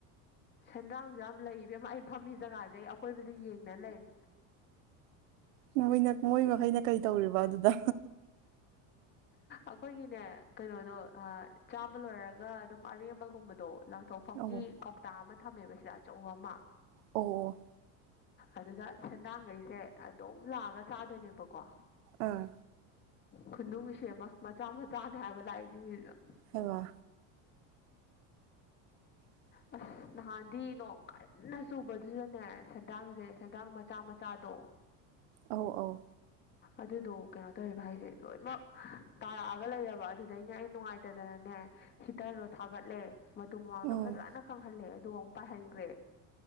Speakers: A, on the left (about 25°); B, on the right (about 85°).
A: ꯁꯦꯟꯗ꯭ꯔꯥꯡꯁꯨ ꯌꯥꯝ ꯂꯩꯕ ꯑꯃ ꯑꯩ ꯐꯝꯃꯤ ꯖꯒꯥꯁꯦ ꯑꯩ ꯑꯀꯣꯏꯕꯁꯦ ꯌꯦꯡꯗꯅ ꯂꯩꯔꯦ
B: ꯃꯣꯏꯅ ꯃꯣꯏ ꯃꯈꯩꯅ ꯀꯩ ꯇꯧꯔꯤꯕ ꯑꯗꯨꯗ
A: ꯑꯩꯈꯣꯏꯒꯤꯅꯦ ꯀꯩꯅꯣꯗꯣ ꯆꯥꯕ ꯂꯣꯏꯔꯒ ꯑꯗꯨꯝ ꯑꯔꯦꯝꯕ ꯒꯨꯝꯕꯗꯣ ꯂꯪꯊꯣꯛꯐꯝꯒꯤ
B: ꯑꯧ
A: ꯀꯧꯇꯥ ꯑꯃ ꯊꯝꯃꯦꯕ ꯁꯤꯗ ꯑꯆꯧꯕ ꯑꯃ
B: ꯑꯣ
A: ꯑꯗꯨꯗ ꯁꯦꯟꯗꯥꯡꯈꯩꯁꯦ ꯑꯗꯨꯝ ꯂꯥꯛꯑꯒ ꯆꯥꯗꯣꯏꯅꯦꯕꯀꯣ
B: ꯑꯥ
A: ꯈꯨꯅꯨꯡ ꯁꯦꯝꯃ ꯃꯆꯥ ꯃꯆꯥꯅꯦ ꯍꯥꯏꯕ ꯂꯥꯛꯏꯁꯤꯡꯁꯤꯁꯨ
B: ꯍ <unintelligible>
A: ꯑꯁ ꯅꯍꯥꯟꯗꯤ ꯅꯣꯡ ꯀꯟꯅ ꯆꯨꯕꯗꯨꯗꯅꯦ ꯁꯦꯟꯗꯥꯡꯁꯦ ꯁꯦꯟꯗꯥꯡ ꯃꯆꯥ ꯃꯆꯥꯗꯣ
B: ꯑ ꯑꯧ
A: ꯑꯗꯨꯗꯣ ꯀꯩꯅꯣ ꯇꯧꯔꯤꯕ ꯍꯥꯏꯁꯦ ꯂꯣꯏꯅꯃꯛ ꯇꯥꯔꯛꯑꯒ ꯂꯩꯔꯕ ꯑꯗꯨꯗꯩꯅ ꯑꯩ ꯅꯨꯡꯉꯥꯏꯇ ꯗꯅꯅꯦ ꯍꯤꯇꯔꯗꯣ ꯊꯥꯒꯠꯂꯦ ꯃꯗꯨ ꯃꯃꯥꯡꯗꯣ
B: ꯎꯝ
A: ꯐꯖꯅ ꯈꯪꯍꯜꯂꯦ ꯑꯗꯨꯒ ꯑꯃꯨꯛ ꯄꯥꯏꯍꯟꯈ꯭ꯔꯦ